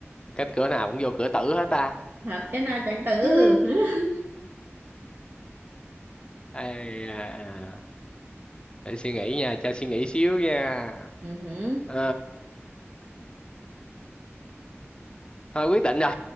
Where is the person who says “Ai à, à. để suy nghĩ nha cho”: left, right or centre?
Left